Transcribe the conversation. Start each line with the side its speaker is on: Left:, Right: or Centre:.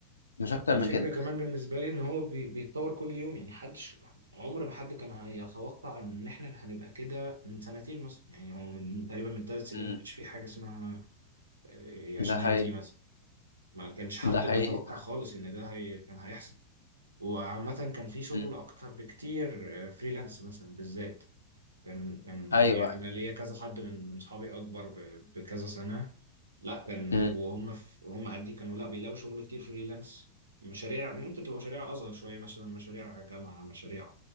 Left: مش اكتر
Right: الفكرة
Left: من كده
Right: كمان بالنسبة لي ان هو بي بيتطور كل يوم يعني حدش عمر ما حد كان هيتوقع ان احنا هنبقى كده من سنتين مثلا يعني هو من تقريبا من ثلاث سنين
Left: امم
Right: ما كانش في حاجة اسمها آه،
Left: ده
Right: شات
Left: حقيقي
Right: جي بي تي مثلا ما كانش حد
Left: ده حقيقي
Right: بيتوقع
Left: فعلا
Right: خالص ان ده هي كان هيحصل وعامة كان في شغل
Left: امم
Right: اكتر بكتير آه، فريلانس مثلا بالذات كان كان
Left: ايوه
Right: يعني انا ليا كذا حد من من اصحابي اكبر ب- بكذا سنه لا كان
Left: امم
Right: وهم في هم قدي كانوا لا بيلاقوا شغل كتير فريلانس مشاريع ممكن تبقى مشاريع اصغر شويه مثلا مشاريع جامعه مشاريع